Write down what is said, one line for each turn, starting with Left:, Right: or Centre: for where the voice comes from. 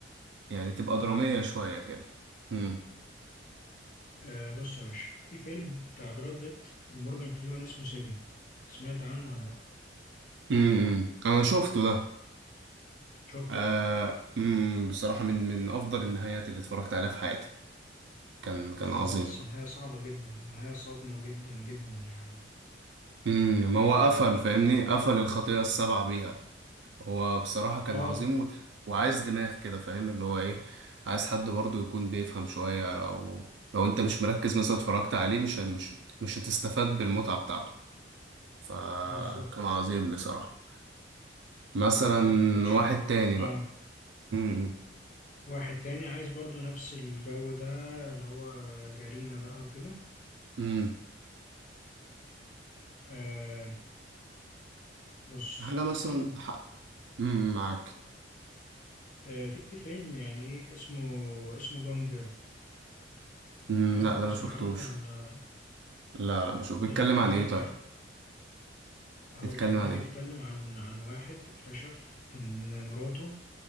Right: يعني تبقى
Left: اه
Right: درامية
Left: فهمتك
Right: شوية كده مم.
Left: آه بص يا باشا في فيلم بتاع براد بيت ومورجان فريمان اسمه سيفن سمعت عنه ولا لا
Right: امم أنا شفته ده
Left: شفته
Right: آه مم. بصراحة من من أفضل النهايات اللي اتفرجت عليها في حياتي كان كان
Left: اه
Right: عظيم
Left: بس نهاية صعبة جدا نهاية صادمة جدا جدا يعني
Right: امم ما هو
Left: اه,
Right: قفل فاهمني قفل الخطيئة السبعة بيها هو بصراحة كان
Left: آه
Right: عظيم وت... وعايز دماغ كده فاهم اللي هو ايه عايز حد برضه يكون بيفهم شوية لو لو انت مش مركز مثلا اتفرجت عليه مش ه- مش مش هتستفاد بالمتعة بتاعته فكان
Left: بالظبط
Right: عظيم بصراحة مثلا
Left: بالظبط طب شو
Right: واحد تاني
Left: اه
Right: بقى امم
Left: واحد تاني عايز برضو نفس الجو ده اللي هو جريمة بقى وكده
Right: امم
Left: آه بص
Right: حاجة مثلا
Left: في فيلم
Right: ح... امم معاك
Left: آه، في فيلم يعني ايه اسمه اسمه جون جيرل
Right: امم
Left: عارفه
Right: لا ده
Left: تسمع
Right: ما شفتوش
Left: عنه ولا
Right: لا لا ما شوف بيتكلم
Left: آه، بتاع
Right: عن
Left: بين
Right: ايه طيب
Left: افليك هقول
Right: بيتكلم
Left: لك ده
Right: عن
Left: بيتكلم
Right: ايه
Left: عن عن واحد اكتشف ان مراته